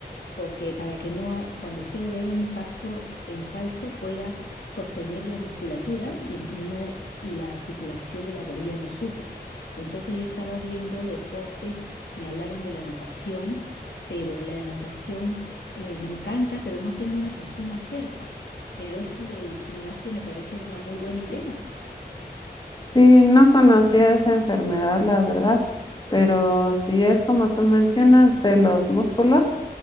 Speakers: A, on the left (about 85°); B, on the left (about 25°).
A: porque para que no, ha- cuando usted dé un paso en falso pueda sostener la musculatura y, y no, y la articulación de la rodilla no sufra. Entonces yo estaba viendo deportes, me hablaron de la natación, pero la natación eh, me encanta, pero no tengo una piscina cerca. Pero esto del gimnasio me parece una muy buena idea.
B: Sí, no conocía esa enfermedad, la verdad, pero sí es como tú mencionas, de los músculos,